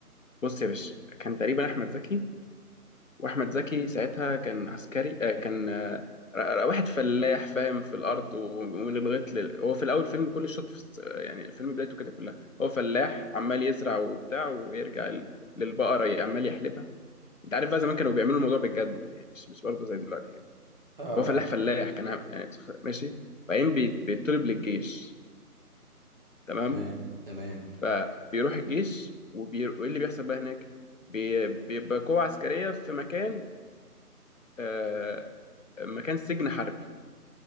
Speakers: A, on the left; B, on the right.
A: بص يا باشا كان تقريبا احمد زكي واحمد زكي ساعتها كان عسكري آه كان آه ر- ر- واحد فلاح فاهم في الارض و- ومن الغيط لل... هو في الاول فيلم كل الشوط في... الس- يعني الفيلم بدايته كده كلها هو فلاح عمال يزرع وبتاع ويرجع ال- للبقره عمال يحلبها انت عارف بقى زمان كانوا بيعملوا الموضوع بجد يعني مش مش برضه زي دلوقتي كده
B: اه
A: هو فلاح
B: اه
A: فلاح كان عام- يعني ماشي وبعدين بي- بيطلب للجيش تمام
B: تمام تمام
A: فبيروح الجيش وبي... وايه اللي بيحصل بقى هناك بي... بيبقى قوة عسكرية في مكان آه... مكان سجن حربي